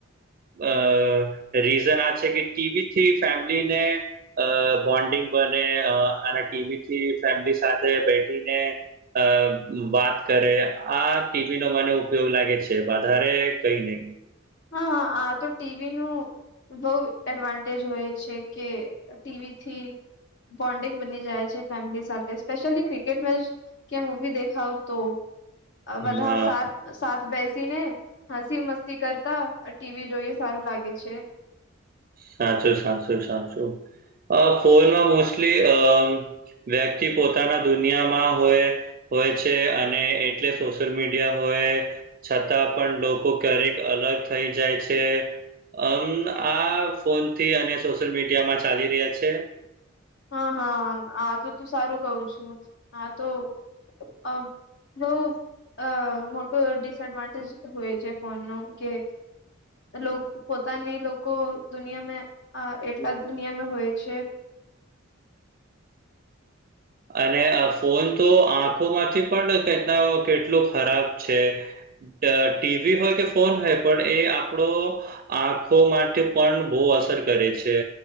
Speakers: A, on the right; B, on the left.
A: અ રીઝન આ છે કે ટી. વી. થી ફેમિલીને અ બોન્ડિંગ બને અને ટી. વી. થી ફેમિલી સાથે બેઠીને અ વાત કરે આ ટી. વી. નો મને ઉપયોગ લાગે છે વધારે કઈ નઈ
B: હા આ તો ટી. વી. નું બઉ એડવાન્ટેજ હોય છે કે ટી. વી. થી બોન્ડિંગ બની જાય છે ફેમિલી સાથે સ્પેશયલી ક્રિકેટ મેચ કે મૂવી દેખાવ તો અ બધા
A: હા
B: સાત સાત બેસીને હસી મસ્તી કરતા ટી. વી. જોઈએ સારું લાગે છે.
A: સાચું સાચું સાચું અ ફોનમાં મોસ્ટલી અ વ્યક્તિ પોતાના દુનિયામાં હોય હોય છે અને એટલે સોશિયલ મીડિયા હોય છતાં પણ લોકો ક્યારેક અલગ થઈ જાય છે અમ આ ફોન થી અને સોશિયલ મીડિયામાં ચાલી રહ્યા છે
B: હા હા આ તો તું સારું કવ છું આ તો અ બઉ અ મોટું ડિસએડવાન્ટેજ હોય છે ફોનો કે લોક પોતાની લોકો દુનિયામે આ એટલા દુનિયામે હોય છે
A: અને આ ફોન તો આંખોમાંથી પણ કેટલા ઓ કેટલું ખરાબ છે અ ટી. વી. હોય કે ફોન હોય પણ એ આપડો આંખો માટે પણ બો અસર કરે છે.